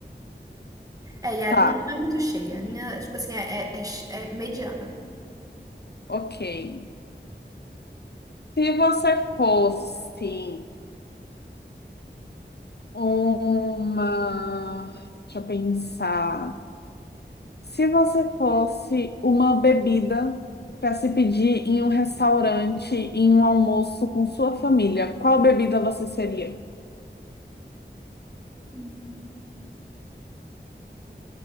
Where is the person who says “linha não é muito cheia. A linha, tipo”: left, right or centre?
Right